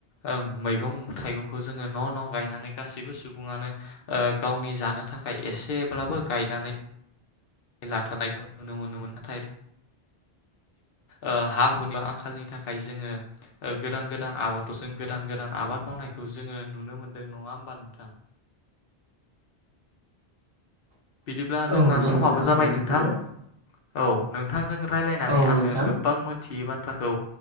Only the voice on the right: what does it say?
औ नंगौ
नोंथां
थारैनो
सैथो
औ
नोंथां